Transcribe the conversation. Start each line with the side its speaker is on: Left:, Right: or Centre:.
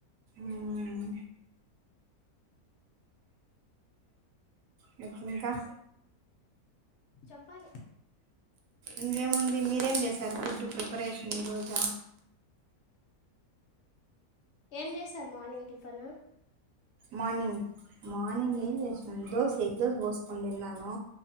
Right: మ్మ్ మీకి ఇంకా
Left: చెప్పాలి
Right: ఇంకేముంది మీరేం చేస్తారు ఫుడ్ ప్రిపరేషన్ ఈ రోజ
Left: ఏం చేస్తారు మార్నింగ్ టిఫను
Right: మార్నింగ్ మార్నింగ్
Left: ఉమ్
Right: ఏం చేసినను దోస ఎగ్ దోస పోసుకొని తిన్నాను.